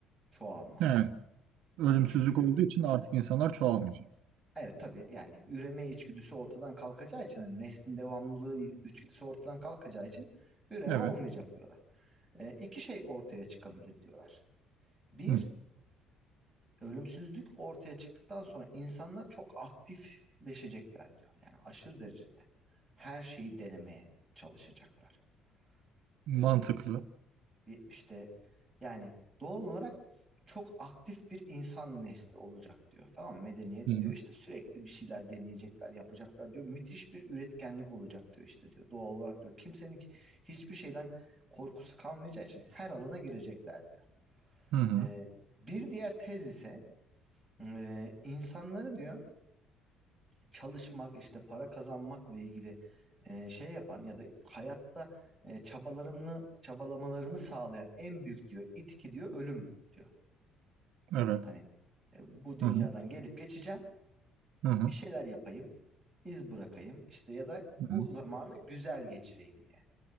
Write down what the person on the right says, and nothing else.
Evet. Ölümsüzlük
olduğu için artık insanlar çoğalmayacak.
Evet.
Hı.
Mantıklı.
Hı hı.
Hı hı.
Evet.
Hı hı.
Hı hı.
Hı
hı.